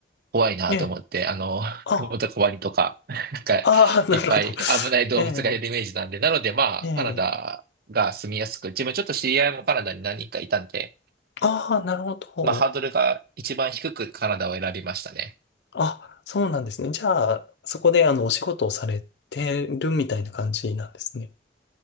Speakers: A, on the right; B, on the left.
A: 怖いなと思って、
B: ええ、
A: あの、<laughs>
B: あ、
A: 雲とかワニとか、なんか、
B: ああ、<laughs>
A: いっぱい危ない動物がいるイメージなんで、
B: なるほど。ええ、
A: なのでまあ、
B: ええ、
A: カナダが住みやすく、自分ちょっと知り合いもカナダに何人かいたんで、
B: ああ、なるほど。
A: まあ、ハードルが一番低くカナダを選びましたね。
B: あ、そうなんですね。じゃあ、そこで、あの、お仕事をされてるみたいな感じなんですね。